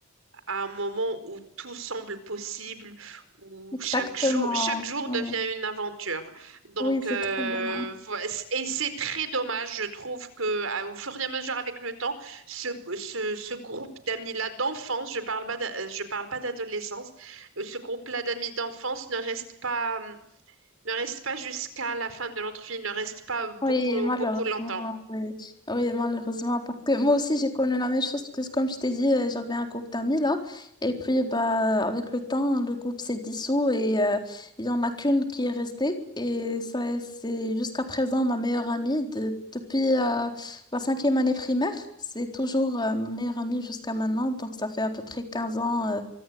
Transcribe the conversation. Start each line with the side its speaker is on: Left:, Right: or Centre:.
Right: à un moment où tout semble possible, où
Left: exactement.
Right: chaque jour, chaque jour
Left: ouais.
Right: devient une aventure. Donc,
Left: Oui, c'est
Right: euh,
Left: trop bien.
Right: vo- et c'est très dommage, je trouve que à- au fur et à mesure avec le temps, ce, ce, ce groupe d'amis-là d'enfance, je parle pas, d'a- je parle pas d'adolescence, euh, ce groupe-là d'amis d'enfance ne reste pas, ne reste pas jusqu'à la fin de notre vie, ne reste pas beaucoup,
Left: Oui, malheureusement,
Right: beaucoup longtemps.
Left: oui. Oui, malheureusement, parce que moi aussi, j'ai connu la même chose, parce que comme je t'ai dit, euh, j'avais un groupe d'amis là, et puis bah, avec le temps, le groupe s'est dissous et euh, il y en a qu'une qui est restée, et ça, c'est jusqu'à présent ma meilleure amie de- depuis euh, la cinquième année primaire, c'est toujours euh, ma meilleure amie jusqu'à maintenant, donc ça fait à peu près 15 ans, euh,